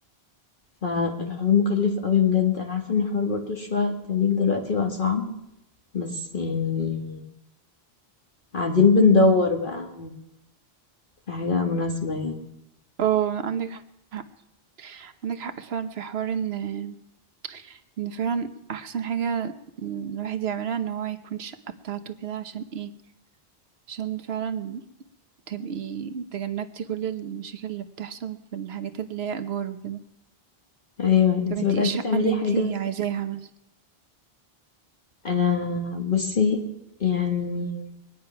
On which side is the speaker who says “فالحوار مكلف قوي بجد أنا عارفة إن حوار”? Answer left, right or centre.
Left